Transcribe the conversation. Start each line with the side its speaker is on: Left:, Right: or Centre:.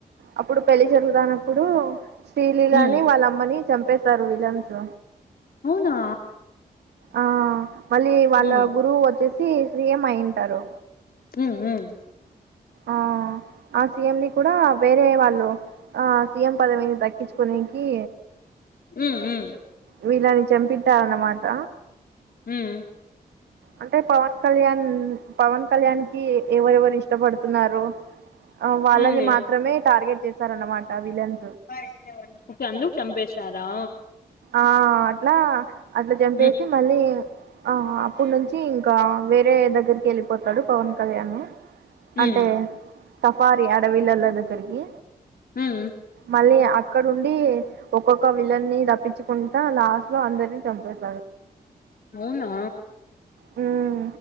Right: అప్పుడు పెళ్లి జరుగుతానప్పుడు శ్రీలీలని
Left: ఉమ్
Right: వాళ్ళమ్మని చంపేస్తారు విలన్స్
Left: అవునా
Right: ఆ మళ్ళీ వాళ్ళ
Left: ఉమ్
Right: గురువు వచ్చేసి సీఎం అయింటారు
Left: మ్ ఉమ్
Right: ఆ ఆ సీఎం ని కూడా వేరే వాళ్ళు ఆ సీఎం పదవిని దక్కించుకోనికీ
Left: ఉమ్ ఉ
Right: వీళ్ళని చంపిట్టారన్నమాట
Left: ఉమ్
Right: అంటే పవన్ కళ్యాణ్, పవన్ కళ్యాణ్ కి ఎవరెవరు ఇష్టపడుతున్నారో ఆ వాళ్ళని
Left: అవునులే
Right: మాత్రమే టార్గెట్ చేశారన్నమాట విలన్
Left: కే అందుకు చంపేశారా?
Right: ఆ అట్లా అట్ల చంపేసి
Left: ఉమ్
Right: మళ్ళీ ఆ అప్పుడు నుంచి ఇంకా వేరే దగ్గరికి ఎళ్ళిపోతాడు, పవన్ కళ్యాను
Left: ఉమ్
Right: అంటే సఫారీ అడవిలల్లో దగ్గరికి
Left: హుమ్
Right: మళ్ళీ అక్కడుండి ఒక్కొక్క విలన్ని రప్పించుకుంటా లాస్ట్ లో అందరిని చంపేస్
Left: అవునా
Right: హ్మ్